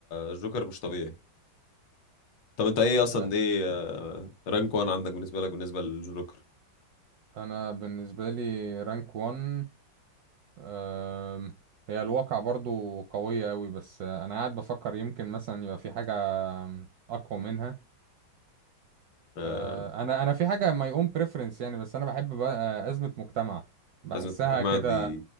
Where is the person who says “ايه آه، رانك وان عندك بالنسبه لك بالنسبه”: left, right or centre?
Left